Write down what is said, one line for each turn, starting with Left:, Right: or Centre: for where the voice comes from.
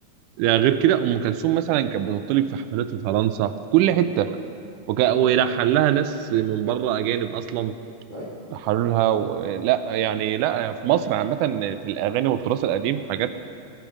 Right: يعني غير كده ام كلثوم مثلا كانت بتطلب في حفلات في فرنسا في كل
Left: امم
Right: حته وك... ويلحن
Left: ده ب...
Right: لها ناس من بره اجانب اصلا
Left: ايوه
Right: لحنوا لها و... لا يعني لا في مصر عامه في الاغاني والتراث القديم حاجات